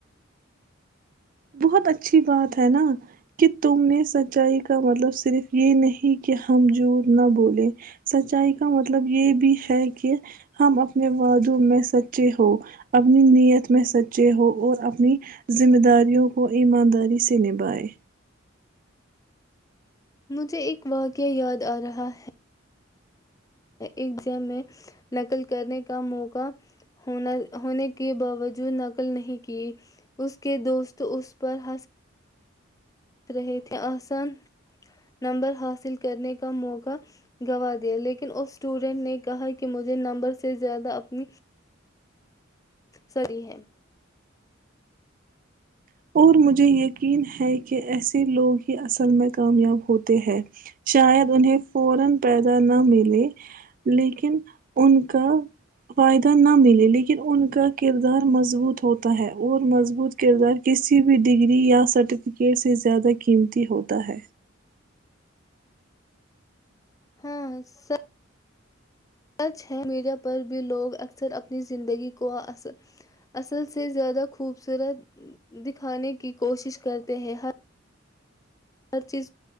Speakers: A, on the right; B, on the left.
A: بہت اچھی بات ہے نا کہ تم نے سچائی کا مطلب صرف یہ نہیں کہ ہم جوٹ نہ بولے سچائی کا مطلب یہ بھی ہے کہ ہم اپنے وعادوں میں سچے ہو اپنی نیت میں سچے ہو اور اپنی ذمہ داری وں کو ایمانداری سے نبھائے
B: مجھے اک واقعہ یاد آ رہا ہے ایگزام میں نقل کرنے کا موقع ہونے کے باوجود نقل نہیں کی اس کے دوست اس پر ہنس رہے تھے آسان نمبر حاصل کرنے کا موقع گنوا دیا لیکن اس اسٹوڈنٹ نے کہا کہ مجھے نمبر سے زیادہ اپنی سری ہیں
A: <inaudible> کسی بھی ڈگری یا سرٹیفکیٹ سے زیادہ قیمتی ہوتا ہے
B: ہاں س ہچ ہے میڈیا پر بھی لوگ اکثر اپنی زندگی کو اصل سے زیادہ خوبصورت دکھانے کی کوشش کرتے ہیں ہر چیز